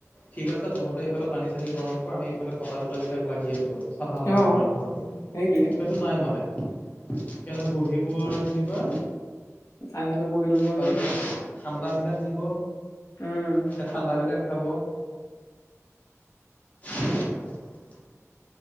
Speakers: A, on the left; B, on the left.
A: ঠিক আছে তহঁতে এইফালে পানী চানী গৰম কৰ আমি এইফালে কটা কুটা বিলাক লাগি আছো চাফা তাফা
B: অ'
A: কৰাৰ ধৰ
B: সেইটোৱে
A: সেইটো নাই মানে সিহতে বহিব আৰু যেনিবা
B: আহিলে বহি লব আৰু
A: তাৰপিছত ঠাণ্ডাবিলাক নিব
B: উম,
A: সেই ঠাণ্ডাবিলাক খাব উ